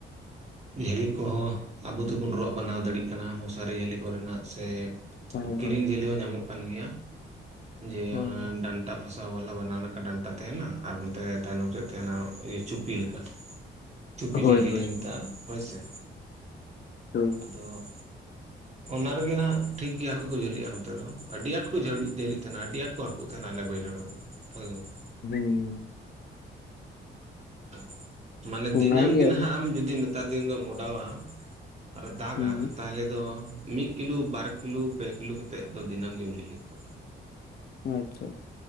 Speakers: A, on the right (about 35°); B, on the left (about 55°).
A: ᱡᱷᱟᱹᱞᱤ ᱠᱚᱦᱚᱸ ᱟᱵᱚ ᱫᱚᱵᱚᱱ ᱨᱚᱜ ᱵᱟᱱᱟᱣ ᱫᱟᱹᱲᱤᱜ ᱠᱟᱱᱟ ᱢᱚᱥᱟᱨᱤ ᱡᱷᱟᱹᱞᱤ ᱠᱚᱨᱮᱱᱟᱜ, ᱥᱮ
B: ᱦᱳᱭ
A: ᱠᱤᱨᱤᱧ
B: ᱦᱳᱭ
A: ᱡᱷᱟᱹᱞᱤ ᱦᱚ ᱧᱟᱢᱚᱜ ᱠᱟᱱ ᱜᱮᱭᱟ ᱡᱮ
B: ᱦᱳᱭ
A: ᱚᱱᱟ ᱰᱟᱱᱴᱟᱯ ᱦᱟᱥᱟ ᱣᱟᱞᱟ ᱵᱟᱱᱟ ᱱᱟᱠᱷᱟ ᱰᱟᱱᱴᱟ ᱛᱟᱦᱮᱸᱱᱟ ᱟᱨ ᱱᱚᱛᱮ ᱛᱟᱭᱱᱚᱢ ᱥᱮᱫ ᱛᱟᱦᱮᱸᱱᱟ ᱩᱸ ᱤᱭᱟᱹ ᱪᱩᱯᱤ ᱞᱮᱠᱟ᱾ ᱪᱩᱯᱤ
B: ᱦᱳᱭ
A: ᱡᱷᱟᱹᱞᱤ
B: ᱦᱳᱭ
A: ᱞᱮ ᱢᱮᱛᱟᱜ, ᱦᱳᱭ ᱥᱮ?
B: ᱦᱩᱸ,
A: ᱟᱫᱚᱻᱜ ᱚᱱᱟ ᱨᱚᱜᱮ ᱱᱷᱟᱸᱜ ᱴᱷᱤᱠ ᱜᱮ ᱦᱟᱹᱠᱩ ᱠᱚ ᱡᱷᱟᱹᱞᱤᱜᱼᱟ ᱱᱚᱛᱮ ᱫᱚ, ᱟᱹᱰᱤ ᱟᱸᱴ ᱡᱷᱟᱹᱞᱤᱜ, ᱡᱷᱟᱹᱞᱤᱜ ᱛᱟᱦᱮᱸᱱᱟ, ᱟᱹᱰᱤ ᱟᱸᱴ ᱠᱚ ᱦᱟᱹᱠᱩ ᱛᱟᱦᱮᱸᱱᱟ ᱟᱞᱮᱭᱟᱜ ᱵᱟᱹᱭᱦᱟᱹᱲ ᱨᱮᱫᱚ᱾ ᱦᱳᱭ ᱜᱚᱝ-
B: ᱵᱤᱧ,
A: <unintelligible> ᱢᱟᱱᱮ ᱫᱤᱱᱟᱹᱢ
B: ᱚᱱᱟᱜᱮ
A: ᱜᱮ
B: ᱟᱫᱚ
A: ᱱᱷᱟᱸᱜ ᱟᱢ ᱡᱩᱫᱤ ᱱᱮᱛᱟᱨ ᱫᱤᱱ ᱫᱚᱢ ᱚᱰᱟᱣᱟ ᱟᱨ ᱮ ᱫᱟᱜᱽᱼᱟ,
B: ᱦᱩᱸ
A: ᱛᱟᱦᱮᱞᱮ ᱫᱚ ᱢᱤᱫ ᱠᱤᱞᱩ, ᱵᱟᱨ ᱠᱤᱞᱩ, ᱯᱮ ᱠᱤᱞᱳ ᱠᱟᱛᱮᱜ ᱫᱚ ᱫᱤᱱᱟᱹᱢ ᱜᱮᱢ ᱡᱷᱟᱹᱞᱤ ᱠᱚᱣᱟ᱾
B: ᱟᱪᱪᱷᱟ,